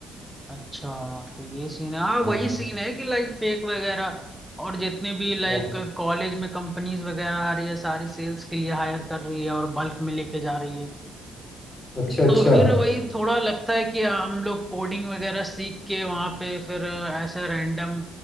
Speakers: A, in the centre; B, on the left.
A: अच्छा तो ये सीन है हाँ वही
B: हाँ
A: सीन है कि लाइक फेक वगैरह और जितने भी लाइक
B: हाँ
A: कॉलेज में कंपनीज वगैरह आ रही है सारी सेल्स के लिए हायर कर रही है और बल्क में लेके जा रही है
B: अच्छा अच्छा
A: तो फिर वही थोड़ा लगता है कि हम लोग कोडिंग वगैरह सीख के वहां पे फिर ऐसे रैंडम